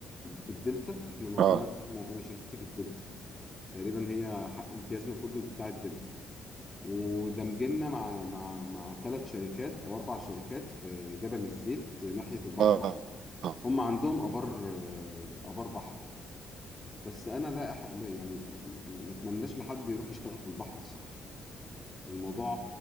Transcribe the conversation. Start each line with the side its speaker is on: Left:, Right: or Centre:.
Left: في الدلتا احنا موجود
Right: اه
Left: احنا انا شركتي في الدلتا تقريبا هي حق امتيازنا كله بتاع الدلتا ودمجنا مع مع مع ثلاث شركات او اربع شركات في جبل الزيت ناحيه البحر
Right: اه
Left: الاحمر
Right: آه.
Left: هم عندهم ابار آه، ابار بحر بس انا لا, أح... لا يعني ما اتمناش لحد يروح يشتغل في البحر الصراحه الموضوع